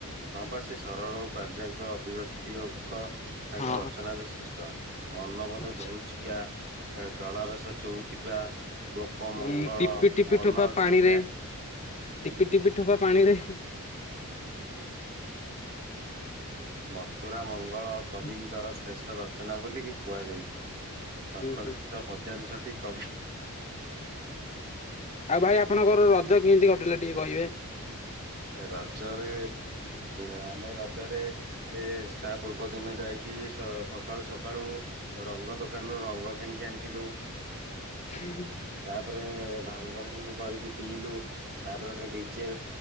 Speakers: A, on the right (about 45°); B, on the left (about 30°).
A: ଆବାସୀ ସରଳ ଓ ପ୍ରଜ୍ୟାଙ୍କ ଅଭିବ୍ୟକ୍ତିଙ୍କ ତାଙ୍କ
B: ହଁ
A: ରଚନା ବିଶିଷ୍ଟ। ମନବୋଧ
B: ଆଚ୍ଛା।
A: ଧଉଚିକା ତା କଳା ରସ ଚଉଥିକା। ଗୋପ
B: ହୁଁ
A: ମଙ୍ଗଳ
B: ଟିପି ଟିପି
A: ମନ
B: ଠୋପା ପାଣିରେ
A: ଚିକ୍ଷା।
B: ଟିପି ଟିପି ଠୋପା ପାଣି ରେ।
A: ମଥୁରା ମଙ୍ଗଳ
B: ହୁଁ
A: କବିଙ୍କର ଶ୍ରେଷ୍ଠ ରଚନା ବୋଲିକି କୁହାଯାଇଚି। ସଂକଳ୍ପିତ
B: ହୁଁ
A: ପଦ୍ୟାଂଶଟି କବି
B: ଆଉ ଭାଇ ଆପଣଙ୍କର ରଜ କେମିତି କଟିଲା ଟିକେ କହିବେ?
A: ରଜରେ ଆମେ ରଜରେ ଏ ଷ୍ଟା ପୂର୍ବ ଦିନ ଯାଇକି ସକାଳୁ ସକାଳୁ ରଙ୍ଗ ଦୋକାନରୁୁ ରଙ୍ଗ କିଣିକି ଆଣିଥିଲୁ।
B: ହୁଁ
A: ତାପରେ ଭାଙ୍ଗ ଫାଙ୍ଗ କରିକି ପିଇଲୁ ତାପରେ ଗୋଟେ ଡିଜେ